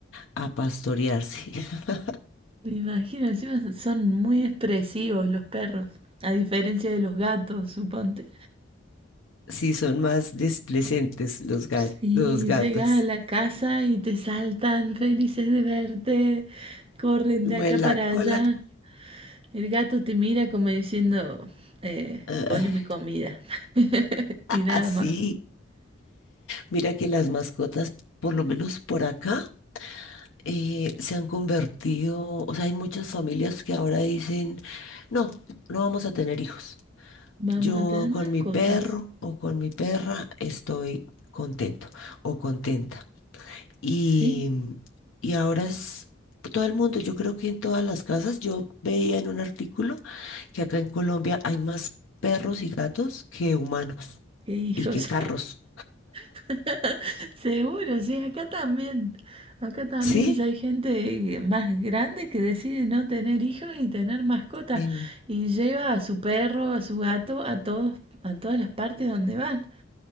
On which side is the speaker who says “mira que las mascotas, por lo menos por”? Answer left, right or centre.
Left